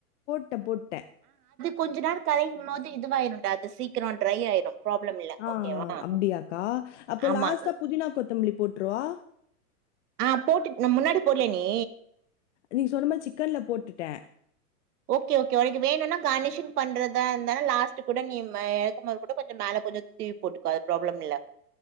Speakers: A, on the left; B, on the right.
A: ட்டே போட்டே
B: கொஞ்ச நேர கலையும் போது இதுவாயிருடா அது சீக்கிர ட்ரை ஆயிரு ப்ராப்ளம் இல்ல
A: ஆ
B: ஓகேவா
A: அப்டியாக்கா? அப்போ
B: ஆமா
A: லாஸ்ட்டா புதினா கொத்தமல்லி போட்றவா?
B: ஆஹ் போட்டுட் நம் முன்னாடி போட்லேன் நீ
A: நீங்க சொன்னமாரி சிக்கன்ல போட்டுட்டே
B: ஓகே ஓகே ஒனக்கு வேணுனா கார்னிஷிங் பண்றதா இருந்தாலு லாஸ்ட்டு கூட நீ மெ எறக்கும்போது கூட கொஞ்ச மேல கொஞ்ச தூவி போட்டுக்கோ ஒரு ப்ராப்ளம் இல்ல